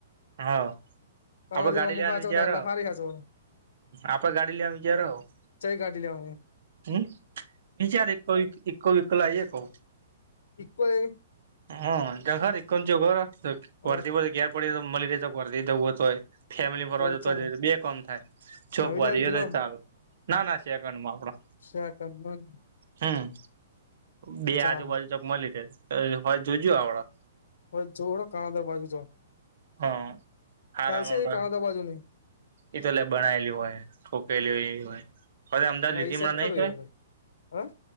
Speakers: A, on the right (about 60°); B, on the left (about 70°).
A: હા
B: તમારે
A: આમે ગાડી
B: જેવા અમુક
A: લઈને આન
B: હાચવતા
A: છે કયારે
B: એટલે હારી હાચવ
A: આપણે ગાડી લેવાનું વિચાર્યું
B: કઈ ગાડી લેવાને
A: હમ વિચારે કોઈ ઈકો બીકો લાઈએ કુ
B: ઈકો એ
A: હા તર છર
B: હ
A: વરતી બ ઘેર પડી <inaudible> મલેરિયા તો વરી દેવું હો તો હોય ફેમિલી ફરવા
B: તો
A: જતો
B: ચા
A: બે કામ થાય ચોક
B: નવી
A: <unintelligible> ભ
B: લેવી કે જૂના
A: તો ચાલ- ના ના સેકન્ડમાં આપડા
B: સેકન્ડ માં
A: હમ બે
B: ચા
A: આજુબાજુ ચક મળી જાય તો હવે જોજું આવડા
B: હવે જો કાદર બાજુ છો
A: હા આરામ
B: તે
A: આપડા
B: એ કાણ દ બાજુ નહી
A: એ તો લ બણાયેલી હોય ઠોકેલી એ હોય હવે અમદાવાદ
B: હા
A: લીધીણા
B: એ સાઈડ
A: નહી
B: ખરું
A: તો હોય
B: એવું હા